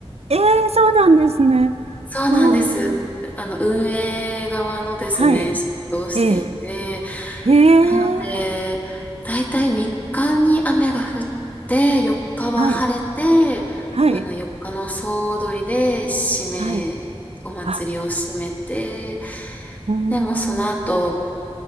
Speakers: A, on the right (about 75°); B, on the left (about 15°).
A: ええ、そうなんですね。
B: そうなんです。
A: わあ、
B: あの、運営側のですね、
A: はい。
B: 仕事をしていて、
A: ええ、へえ、
B: なので、だいたい3日に雨が降って、4日は晴れ
A: はい、
B: て、
A: はい、
B: あの、4日の総踊りで締め、
A: はい。
B: お祭りを締めて、
A: あ、うーん、
B: でもその後、